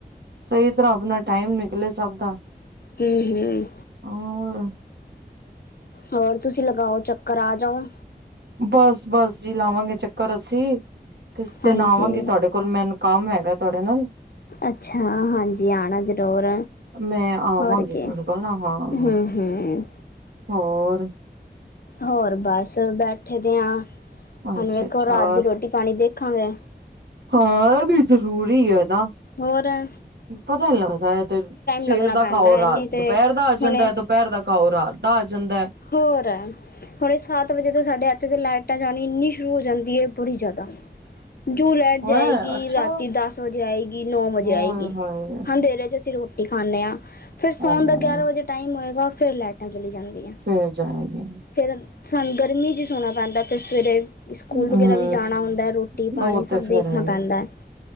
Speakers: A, on the right; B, on the left.
A: ਸਹੀ ਤਰ੍ਹਾਂ ਆਪਣਾ ਟਾਈਮ ਨਿਕਲੇ ਸਭ ਦਾ
B: ਹੂੰ -ਹੂੰ।
A: ਔਰ।
B: ਹੋਰ ਤੁਸੀਂ ਲਗਾਓ ਚੱਕਰ, ਆ ਜਾਓ।
A: ਬਸ -ਬਸ ਜੀ ਲਾਵਾਂਗੇ ਚੱਕਰ ਅਸੀਂ, ਕਿਸੇ ਦਿਨ
B: ਹਾਂਜੀ
A: ਆਵਾਂਗੇ ਤੁਹਾਡੇ ਕੋਲ਼ ਮੈਨੂੰ ਕੰਮ ਹੈਗਾ ਤੁਹਾਡੇ ਨਾਲ਼
B: ਅੱਛਾ, ਹਾਂਜੀ! ਆਣਾ ਜ਼ਰੂਰ।
A: ਮੈਂ ਆਵਾਂਗੀ
B: ਹੋਰ ਕੀ
A: ਤੁਹਾਡੇ ਕੋਲ਼ ਨਾ, ਹਾਂ।
B: ਹੂੰ ਹੂੰ
A: ਹੋਰ
B: ਹੋਰ ਬਸ ਬੈਠੇ ਦੇ ਆਂ,
A: ਅੱਛਾ-ਅੱਛਾ
B: ਹੁਣ ਵੇਖੋ ਰਾਤ ਦੀ ਰੋਟੀ ਪਾਣੀ ਦੇਖਾਂਗੇ।
A: ਹਾਂ, ਐ ਵੀ ਜ਼ਰੂਰੀ ਏ ਨਾ
B: ਹੋਰ ਐ
A: ਪਤਾ ਨੀ ਲੱਗਦਾ ਐ ਤੇ ਸਵੇਰ
B: ਲੱਗਣਾ
A: ਦਾ
B: ਪੈਂਦਾ
A: ਖਾਓ ਰਾਤ
B: ਹੈ ਨਹੀਂ ਤੇ
A: ਦੁਪਹਿਰ ਦਾ ਆ
B: ਹੁਣੇ
A: ਜਾਂਦਾ ਦੁਪਹਿਰ ਦਾ ਖਾਓ ਰਾਤ ਦਾ ਆ ਜਾਂਦੈ।
B: ਹੋਰ ਆ ਹੁਣੇ ਸੱਤ ਵਜੇ ਤੋਂ ਸਾਡੇ ਇੱਥੇ ਤੇ ਲਾਈਟਾਂ ਜਾਣੀ ਇੰਨੀ ਸ਼ੁਰੂ ਹੋ ਜਾਂਦੀ ਹੈ ਬੜੀ ਜ਼ਿਆਦਾ ਜੂ ਲਾਈਟ ਜਾਏਗੀ
A: ਹੈਂ ਅੱਛਾ
B: ਰਾਤੀਂ ਦਸ ਵਜੇ ਆਏਗੀ ਨੌ ਵਜੇ
A: ਓਏ
B: ਆਏਗੀ
A: ਹੋਏ
B: ਅਨਧੇਰੇ ਚ ਅਸੀਂ ਰੋ ਰੋਟੀ ਖਾਂਣੇ ਆ, ਫ਼ਿਰ ਸੋਣ
A: ਹਾਂ
B: ਦਾ ਗਿਆਰਾਂ ਵਜੇ ਟਾਈਮ ਹੋਏਗਾ ਫ਼ੇਰ ਲਾਈਟਾਂ ਚਲੀ ਜਾਂਦੀਆਂ।
A: ਫ਼ੇਰ ਜਾਵਾਂਗੇ।
B: ਫੇ਼ਰ ਸਾਨੂੰ ਗਰਮੀ ਚ ਈ ਸੋਣਾ ਪੈਂਦਾ, ਫ਼ਿਰ ਸਵੇਰੇ ਸਕੂਲ
A: ਹਮ
B: ਵਗੈਰਾ ਵੀ ਜਾਣਾ ਹੁੰਦਾ ਐ, ਰੋਟੀ ਪਾਣੀ
A: ਉਹ
B: ਸਭ
A: ਤੇ ਫੇਰ
B: ਦੇਖਣਾ
A: ਹੈ ਹੀ।
B: ਪੈਂਦਾ।